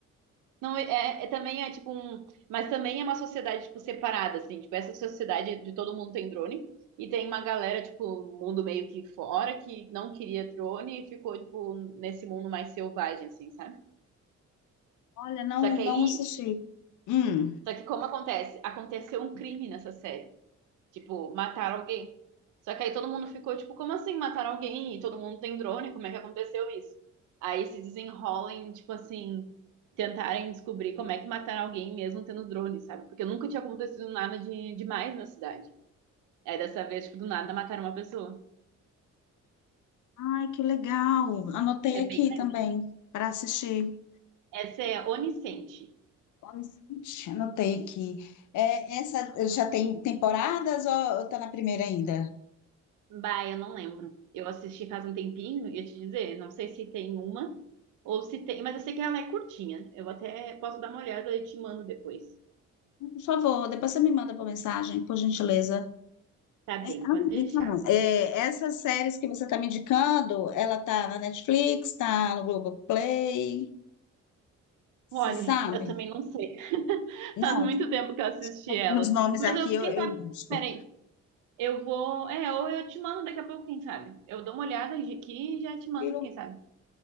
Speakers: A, on the right (about 85°); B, on the left (about 80°).
A: não é, é também é tipo um, mas também é uma sociedade tipo separada assim, tipo essa sociedade de todo mundo tem drone e tem uma galera tipo mundo meio que fora que não queria drone e ficou tipo nesse mundo mais selvagem assim, sabe?
B: Olha, não,
A: Só que
B: não
A: aí,
B: assisti. Hum.
A: só que como acontece? Aconteceu um crime nessa série. Tipo, mataram alguém. Só que aí todo mundo ficou, tipo, como assim mataram alguém? E todo mundo tem drone, como é que aconteceu isso? Aí se desenrolem, tipo assim, tentarem descobrir como é que mataram alguém mesmo tendo drone, sabe? Porque nunca tinha acontecido nada de demais na cidade. Aí dessa vez, tipo, do nada mataram uma pessoa.
B: Ai, que legal. Anotei aqui
A: É bem legal.
B: também para assistir.
A: Essa é Onisciente.
B: Honestamente, Anotei aqui. É, essa eh, já tem temporadas ou ou tá na primeira ainda?
A: Bah, eu não lembro. Eu assisti faz um tempinho, ia te dizer, não sei se tem uma ou se tem, mas eu sei que ela é curtinha. Eu até posso dar uma olhada e te mando depois.
B: Por favor, depois você me manda por mensagem, por gentileza.
A: Tá
B: É,
A: bem,
B: ah,
A: pode deixar.
B: Então, é, essas séries que você está me indicando, ela tá na Netflix, tá no Globoplay, você
A: Olha,
B: sabe?
A: <laughs> eu também não sei. <laughs>
B: Não,
A: Faz muito
B: tá-
A: tempo que eu assisti elas.
B: pelos nomes
A: Mas
B: aqui
A: eu,
B: eu,
A: quem
B: eu
A: sabe,
B: busco.
A: peraí, eu vou, é, ou eu te mando daqui a pouco, quem sabe. Eu dou uma olhada aqui e já te mando,
B: Pelo-
A: quem sabe.